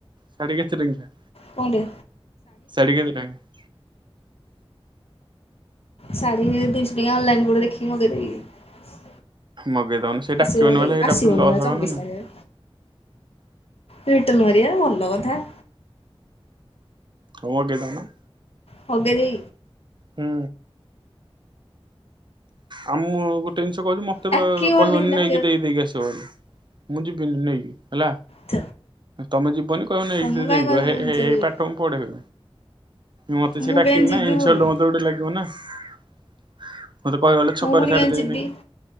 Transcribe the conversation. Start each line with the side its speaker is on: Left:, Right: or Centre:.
Right: ଶାଢ଼ୀ କେତେ ଟଙ୍କା
Left: କଣ ଟିକେ
Right: ଶାଢ଼ୀ କେତେ ଟାଙ୍କା।
Left: ଶାଢ଼ୀ ଦେଇଛଡ଼ି ଅନଲାଇନ ଗୋଟେ ଦେଖି ମଗେଇଦେବି କି।
Right: ମଗେଇ ଦଉନ ସେଇ ଡାକିବନି
Left: ଆସିବ ଭାରି
Right: ବଲେ ସେଇଟା
Left: ଆସିବନି
Right: ପୁଣି ଲସ୍
Left: ବା
Right: ହବନ
Left: ଚବିଶ
Right: ନା।
Left: ତାରିଖରେ ରିଟର୍ନ ମାରଆ ଭଲ କଥା।
Right: ହୁଁ ହଗଦାନ।
Left: ହଗଦେବି।
Right: ହୁଁ ଆ ମୁ ଗୋଟେ ଜିନିଷ। କହୁଛି ମତେ
Left: ଡାକିବନି
Right: କହିବନି
Left: ଡାକିବ
Right: ନେଇକି ଦେଇକି ଆସିବ ବୋଲି। ମୁଝି ପିଲ ନେଇ ହେଲା
Left: ଥ
Right: ତମେ ଯିବନି କହିବନ
Left: ତମକୁ
Right: ଏ
Left: କାହିଁ
Right: ଦେଇଦିଅଇ
Left: କହିବି ମୁଁ ନିଜେ ଯିବି।
Right: ପାଠ ମୁଁ ପଢେଇ ମତେ ସେଟା
Left: ମୁଁ କାହିଁ
Right: କି
Left: ଯିବି
Right: ନା ଇନ୍ସଲ୍ଟ
Left: ପୁଣି
Right: ମତେ ଗୋଟେ ଲାଗିବ ନା। ମତ। କହଗଲେ
Left: ମୁଁ
Right: ଛକରେ
Left: ପୁଣି
Right: ଛାଡି
Left: କାହିଁ
Right: ଦେଇନିକି।
Left: ଯିବି